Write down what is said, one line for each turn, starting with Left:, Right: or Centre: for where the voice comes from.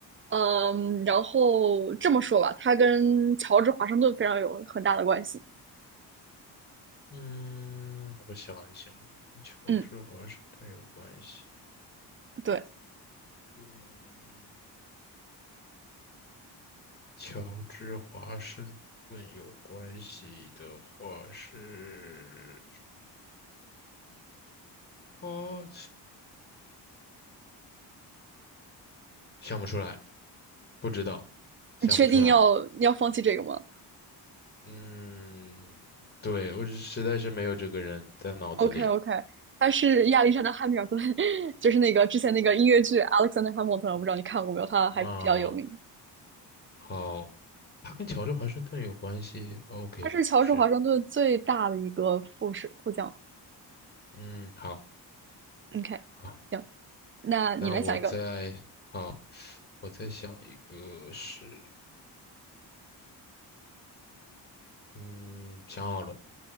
Right: 嗯，然后这么说吧，他跟乔治华盛顿非常有很大的关系。
Left: 嗯，我想一想，跟乔治华盛顿有关系。
Right: 嗯，对，
Left: 嗯，乔治华盛顿有关系的话是，哦，想不出来。不知道，想不出来。
Right: 你确定要要放弃这个吗？
Left: 嗯，对，我是实在是没有这个人在脑子里。
Right: OK OK，他是亚历山大·汉密尔顿，<laughs> 就是那个之前那个音乐剧《Alexander Hamilton》，我不知道你看过没有，他还比较有名。
Left: 那好，他跟乔治华盛顿有关系。OK，
Right: 他是乔治华盛顿最大的一个副士副将。
Left: 是，嗯，好，
Right: OK，
Left: 好，
Right: 行，那你来想一个。
Left: 那我再，好，我再想一个是，嗯，想好了，